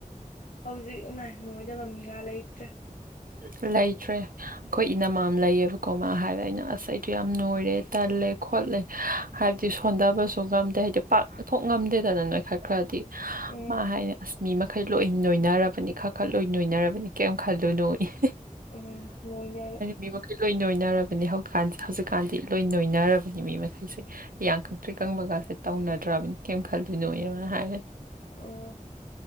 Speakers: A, on the left; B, on the right.
A: ꯍꯧꯖꯤꯛ ꯏꯃꯥꯏ ꯅꯣꯏꯗꯕ ꯃꯤꯒꯥ ꯂꯩꯇ꯭ꯔꯦ
B: ꯂꯩꯇ꯭ꯔꯦ ꯈꯣꯏ ꯏꯅꯝꯃ ꯑꯃ ꯂꯩꯌꯦꯕꯀꯣ ꯃꯥ ꯍꯥꯏꯕ ꯑꯩꯅ ꯑꯁ ꯑꯩꯗꯣ ꯌꯥꯝ ꯅꯣꯏꯔꯦ ꯇꯜꯂꯦ ꯈꯣꯠꯂꯦ ꯍꯥꯏꯕꯗꯤ ꯁꯣꯟꯊꯕꯁꯨ ꯉꯝꯗꯦ ꯍꯥꯏꯗꯤ ꯄꯥꯛ ꯊꯣꯛ ꯉꯝꯗꯦꯗꯅ ꯅꯣꯏꯈꯠ ꯈꯔꯗꯤ
A: ꯎꯝ
B: ꯃꯥ ꯍꯥꯏꯅꯦ ꯑꯁ ꯃꯤ ꯃ ꯈꯩ ꯂꯣꯏ ꯅꯣꯏꯅꯔꯕꯅꯤ ꯈ ꯈ ꯂꯣꯏ ꯅꯣꯏꯅꯔꯕꯅꯤ ꯀꯩꯝ ꯈꯜꯂꯨꯅꯨꯌꯦ
A: ꯎꯝ ꯅꯣꯏꯅꯔꯦ
B: ꯃꯤ ꯃꯈꯩ ꯂꯣꯏ ꯅꯣꯏꯅꯔꯕꯅꯤ ꯍꯧꯀꯥꯟꯁꯦ ꯍꯧꯖꯤꯛꯀꯥꯟꯗꯤ ꯂꯣꯏ ꯅꯣꯏꯅꯔꯕꯅꯤ ꯃꯤ ꯃꯈꯩꯁꯦ ꯌꯥꯡ ꯀꯛꯇ꯭ꯔꯤꯛ ꯀꯪꯕꯒꯥꯁꯦ ꯇꯧꯅꯗ꯭ꯔꯕꯅꯤ ꯀꯩꯝ ꯈꯜꯂꯨꯅꯣꯌꯦ ꯃꯥ ꯍꯥꯏꯅꯦ
A: ꯎ